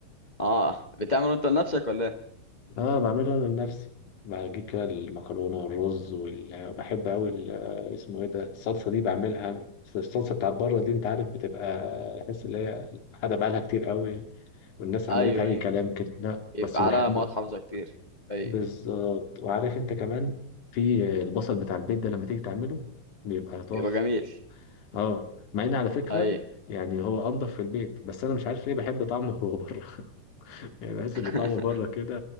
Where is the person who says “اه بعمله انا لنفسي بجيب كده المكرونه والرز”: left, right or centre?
Left